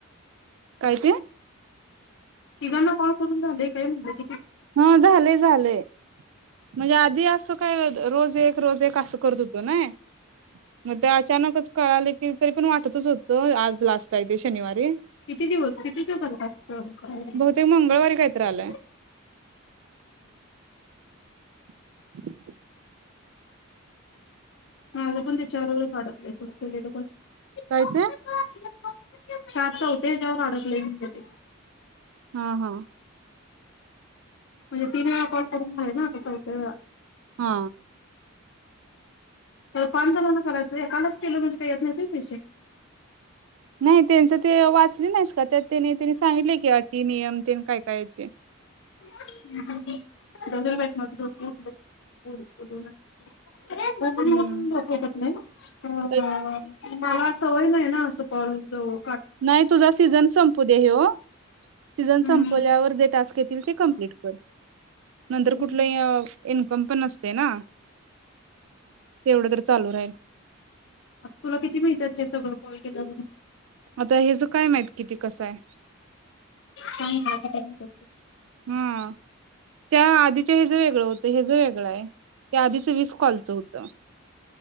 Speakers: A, on the right; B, on the left.
A: काय ते
B: तिघांना कॉल करून झालय काय म्हणलो
A: हा झालय झालय म्हणजे आधी असं काय? रोज एक रोज एक असं करत होतो नाय म ते अचानकच कळाले की तरी पण वाटतच होतं आज लास्ट काय ते शनिवारी
B: किती दिवस किती दिवसाचा टास्क कर करायला
A: बहुतेक मंगळवारी काहीतरी आलाय <inaudible>
B: माझ पण त्याच्याबरोबर च आडक <unintelligible>
A: काय ते
B: चार चौथ्या हेच्यावर आडकलय म्हणते ते
A: हा हा
B: म्हणजे तीन वेळा कॉल करून झाले ना आता चौथ्या वेळा
A: हा
B: पाच जणांना करायचय एकालाच केलं म्हणजे काय येत नाहीत व्हय पैसे
A: नाय त्यांचं ते वाचले नाहीस का? तर त्याने त्यांनी सांगितले की अटी नियम तेनं काय काय आहेत ते
B: <unintelligible> <unintelligible>
A: हम्म तर-
B: मला सवय नाही ना अस कॉल जो
A: नाही तुझा सीझन संपू दे ह्यो सीझन
B: हम्म.
A: संपल्यावर जे टास्क येतील ते कमप्लीट कर नंतर
B: हम्म.
A: कुठलं इन्कम पण नसतय ना तेवढं तर चालू राहील.
B: तुला किती माहित्यात हे सगळं कॉल केल्या वरून
A: आता हेज काय माहित किती कसं आहे.
B: सांग मला किती मिळतात ते.
A: हा त्या आधी हे ज वेगळं होतं हे ज वेगळं आहे ते आधीच वीस कॉलचं होत.